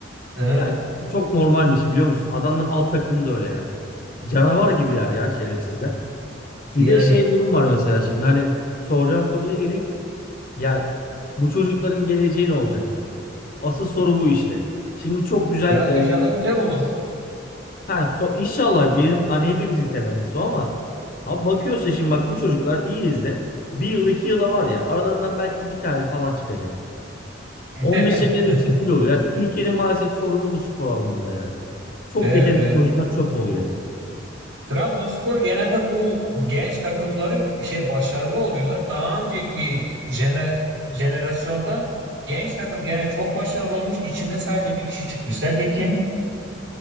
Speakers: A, on the right (about 65°); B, on the left (about 50°).
A: Aha.
B: Ya çok normalmiş biliyor musun? Adamlar alt takım da öyle ya. Canavar gibiler ya şerefsizler. Bir
A: Yani
B: de şey durum var mesela şimdi hani soracağın soruya geleyim. Ya bu çocukların geleceği ne olacak? Asıl soru bu işte. Şimdi çok güzel
A: ya
B: e,
A: inşallah güzel olur.
B: ha, so, inşallah bizim hani hepimizin temennisi o ama ama bakıyorsa şimdi bak bu çocuklar iyi izle. Bir yıl iki yıla var ya aralarından belki bir tane falan çıkacak.
A: <laughs>
B: Onun dışındakilerin hepsi kül oluyor. Ya, Türkiye'nin maalesef sorunu bu spor anlamında ya. Çok
A: Evet,
B: yetenekli
A: evet.
B: oyuncular çöp oluyor hep.
A: Trabzonspor genelde bu genç takımları şey başarılı oluyorlar. Daha önceki jene, jenerasyonda genç takım gene çok başarılı olmuş. İçinde sadece bir kişi çıkmış. Sence kim?